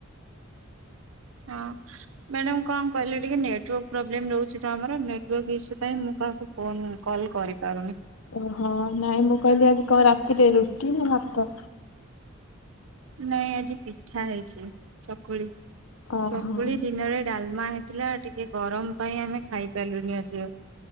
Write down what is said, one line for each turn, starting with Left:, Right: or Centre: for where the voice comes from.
Right: ହଁ, ମ୍ୟାଡାମ କଣ କହିଲେ? ଟିକେ ନେଟୱାର୍କ ପ୍ରୋବ୍ଲେମ ରହୁଛି ତ ଆମର, ନେଟୱକ ଇସୁ ପାଇଁ ମୁଁ କାହାକୁ ଫୋନ୍ କଲ୍ କରିପାରୁନି?
Left: ଓହୋ! ନାଇଁ ମୁଁ କହିଲି, ଆଜି କଣ ରାତିିରେ ରୁଟି ନା ଭାତ?
Right: ନାଇଁ ଆଜି ପିଠା ହେଇଛି। ଚକୁଳି!
Left: ଓହୋ
Right: ଚକୁଳି ଦିନରେ ଡାଲ୍ ଲ୍ ମା ହେଇଥିଲା ଟିକେ ଗରମ ପାଇଁ, ଆମେ ଖାଇ ପାରିଲୁନି ଆଜି ଆଉ।